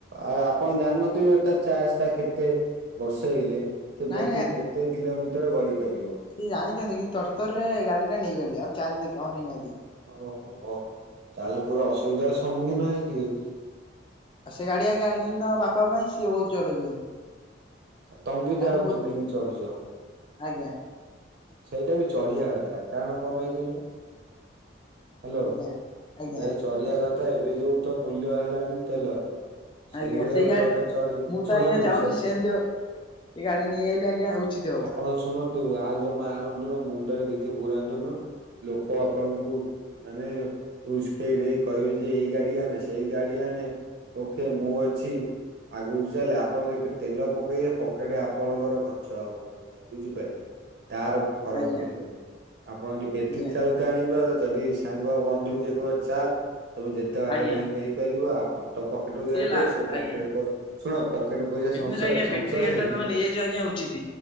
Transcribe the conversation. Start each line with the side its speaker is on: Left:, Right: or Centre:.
Right: ଆଉ ଆପଣ ଜାଣିନଥୁବେ ଏଟା ଚାର୍ଜ ଟା କେତେ ବର୍ସେଇଲେ ସେ
Left: ନାଇଁ
Right: ବେଟ୍ରୀ କେତେ କିଲୋମିଟର ଗଡି ପାରିବ।
Left: ସେଏ ଜାଣିଛନ୍ତି କିନ୍ତୁ ତରତର ରେ ଗାଡି ଟା ନେଇଗଲେ ଆଉ ଚାର୍ଜ ହେଇନାହାନ୍ତି
Right: ଓହୋ ତାହେଲେ ପୁରା ଅସୁବିଧା ସମ୍ମୁଖୀନ ହେଇଥିବେ
Left: ଆଉ ସେ ଗାଡି ଆଜ୍ଞା ଆଣିଛନ୍ତି ତା ବାପା ପାଇଁ ସିଏ ବହୁତ ଚଲଉଛନ୍ତି
Right: ଆଉ ତମବ ବି
Left: ତାଙ୍କୁ
Right: ତ ଆଉ
Left: ବହୁତ
Right: ନେଇକି ଚଢୁଛ
Left: ଆଜ୍ଞା
Right: ସେଇଟା ବି ଚଢିବା କଥା କାରଣ କଣ ପାଇଁ କହିଲେ ହ୍ୟାଲୋ
Left: ଆଜ୍ଞା। ଆଜ୍ଞା
Right: ଏ ଚଢିବା କଥା ଏବେ ଯୋଉ ତ ମୂଲ୍ୟ ହେଲାଣି ତେଲର ସେଇଭଳିଆ
Left: ଆଜ୍ଞା ସେଇ
Right: ଗୋଟେ
Left: ଗା
Right: ଗୋଟେ ଚଢ
Left: ମୁଁ ତ
Right: ଶୁଣନ୍ତୁ
Left: ଆଜ୍ଞା ଚାହୁଁଛି
Right: ସେ
Left: ସେମିତି ଏ ଗାଡି ନେଇ ଆଇଲେ ଆଜ୍ଞା ଉଚିତ ହବ
Right: ଆପଣ ଶୁଣନ୍ତୁ ଆଉ ଜମା ଆଣନ୍ତୁନୁ ମୁଣ୍ଡରେ କିଛି ପୁରୁରାନ୍ତୁନୁ ଲୋକ ଆପଣଙ୍କୁ ମାନେ ଉସ୍କେଇ ଦେଇ କହିବେ ଯେ ଏଇ ଗାଡି ଆଣେ ସେଇ ଗାଡି ଆଣେ ଓକେ ମୁଁ ଅଛି ଆଗକୁ ଚାଲେ ଆପଣ ଯେବେ ତେଲ ପକେଇବେ ପକେଇଟେ ଆପଣଙ୍କର ଖର୍ଚ୍ଚ ହେବ ବୁଝିପାଇଲେ ତାର ଫରକ
Left: ଆଜ୍ଞା
Right: ପଡିବନି ଆପଣ ବେଟରି
Left: ଆଜ୍ଞା
Right: ଆଣିବା ଯଦି ସାଙ୍ଗ ବନ୍ଧୁ ଯିଏ କହ ଚାଲ ତମେ ଯେତେ ବାଟ
Left: ଆଜ୍ଞା
Right: ଯାଇକି ନେଇପାରିବ ଆପଣ ତ ପକେଟକୁୁ
Left: ସିଏ
Right: ଜଣି ଜାଣି
Left: ଲା
Right: ଜିବ ସେଇ
Left: ଆଜ୍ଞା
Right: ପକେଟ ଶୁଣ ପକେଟ ପଇସା
Left: ଏମିତିରେ
Right: ସୟ
Left: ଆଜ୍ଞା
Right: ସଞ୍ଚୟ
Left: ବ୍ୟାଟେରୀ ଗାଡି
Right: ହେଇକି
Left: ଟା ତମେ ନେଇଯାଇଛ ଆଜ୍ଞା ଉଚିତ।